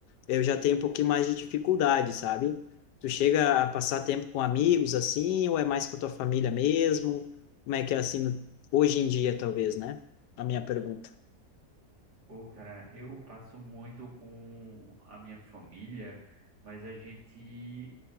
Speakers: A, on the left; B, on the right.
A: eu já tenho um pouquinho mais de dificuldade, sabe? Tu chega a passar tempo com amigos assim, ou é mais com a tua família mesmo? Como é que é assim no- hoje em dia, talvez, né? A minha pergunta.
B: Pô, cara, eu passo muito com a minha família, mas a gente